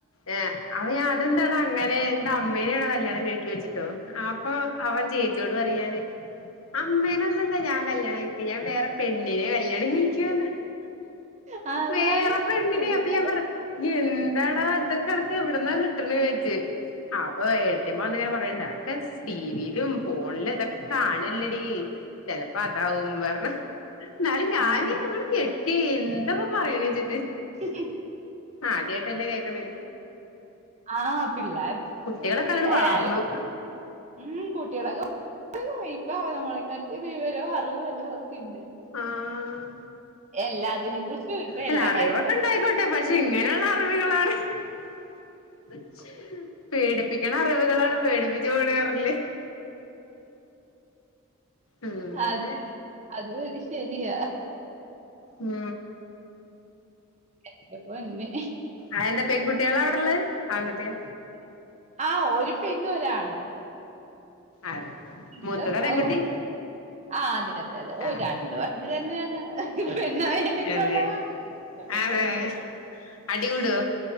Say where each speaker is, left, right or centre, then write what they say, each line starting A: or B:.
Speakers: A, on the left; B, on the right.
A: ഏ അപ്പൊ ഞാൻ അതെന്താടാ അങ്ങനെ എന്ത അമ്മേനെയാണോ കല്യാണം കഴിക്കി ചോയിച്ചിട്ടോ അപ്പൊ അവൻ ചേച്ചിയോട് പറയാണ്. അമ്മേനൊന്നല്ല ഞാൻ കല്യാണം കഴിക്ക ഞാൻ വേറെ പെണ്ണിനെ കല്യാണം കഴിക്കുകാന്ന്.
B: ആ അതാണ്
A: വേറെ പെണ്ണിനെ
B: പിള്ളേർക്ക്
A: അപ്പം ഞാൻ പറഞ്ഞ ഇയ്യ് എന്താടാ ഇതൊക്കെ അനക്ക് എവിടന്നാ കിട്ടണ ചോദിച്ച് അപ്പൊ ഏടത്തിയമ്മ വന്നിങ്ങനെ പറഞ്ഞ <unintelligible> ടിവിയിലും ഫോണിലും ഇതൊക്കെ കാണല്ലേടീ. ചെലപ്പം അതാവും പറഞ്ഞ് എന്നാലും ഞാന്
B: ആ ആ
A: അങ്ങട് ഞെ എന്തപ്പ പറയണച്ചിട്ട്
B: <inaudible>
A: ആദ്യയായിട്ടല്ലേ കേക്ക്ണ്.
B: ആഹ് പിള്ളേർ <inaudible>
A: കുട്ടികളൊക്കെ അങ്ങട്
B: ഏ.
A: വളർന്നു
B: <inaudible> ഉം കുട്ടികളക്ക <inaudible> ഇവ നമ്മളകാട്ടി വിവര ഉ എല്ലാവർക്കുംണ്ട്
A: ആഹ്
B: എല്ലാതിനെ കുറിച്ചും ഇപ്പ
A: അല്ല
B: എല്ലാ
A: അറിവൊക്കെ
B: കാര്യങ്ങളെ
A: ഉണ്ടായിക്കോട്ടെ പക്ഷെ ഇങ്ങനെയുള്ള അറിവുകളാണ്. <inaudible> പേടിപ്പിക്കണ അറിവുകളാണ് പേടിപ്പിച്ചു പണിതർല്. ഉം അങ്ങനെ
B: അത് അതു ഒരു ശരിയ.
A: മം
B: എന്റെ പൊന്നെ
A: ആഹ് ന്നെ പെൺകുട്ടികളാ അവു ടെള്ളെ ആൺകുട്ടിയ
B: ആഹ് ഒരു പെണ്ണു ഒരാണും.
A: അതെ
B: <unintelligible>
A: മൂത്തതാ പെൺകുട്ടി
B: ആ അതെ അതെ അതെ ഓ
A: ആഹ്
B: രണ്ടു <unintelligible> തന്നെയാണ് പെണ്ണായാൽ നികൊള്ള
A: അതെ
B: ഇപ്പന്നെ
A: അതെ
B: രണ്ടായി.
A: അടികൂടോ